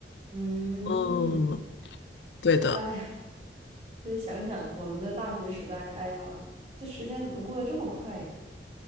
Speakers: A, on the right; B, on the left.
A: 嗯，
B: 嗯，对的，
A: 哎呀，就是想想我们的大学时代，哎呀，这时间怎么过得这么快呀